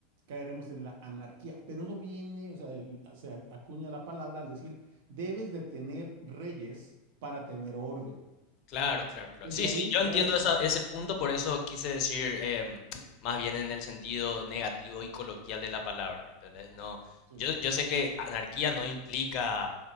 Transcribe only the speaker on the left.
Claro, claro, claro.
Sí,
Sí, sí, yo yo
entiendo
esa- ese punto, por eso quise decir em, más bien en el sentido negativo y coloquial de la palabra, ¿entendés? No,
yo, yo sé que anarquía no implica